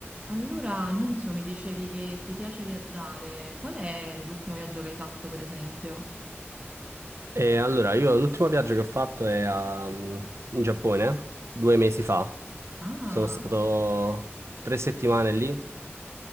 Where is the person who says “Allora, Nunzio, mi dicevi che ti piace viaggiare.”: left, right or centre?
Right